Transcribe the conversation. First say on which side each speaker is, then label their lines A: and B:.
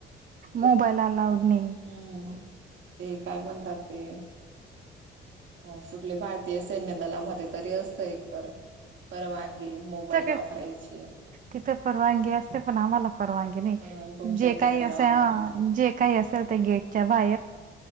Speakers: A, on the right (about 40°); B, on the right (about 70°).
A: मोबाईल अलाउड नई.
B: हम्म ते काय म्हणतात ते हो, कुठले भारतीय सैन्य दलामध्ये तरी असतं एकतर. परवानगी, मोबाईल
A: सगळे
B: वापरायची.
A: तिथे परवानगी असते, पण आम्हाला परवानगी नई.
B: अ तुमच्या
A: जे
B: इथे
A: काही
B: परवानगी
A: असे हा
B: नाही.
A: जे काही असेल ते गेटच्या बाहेर.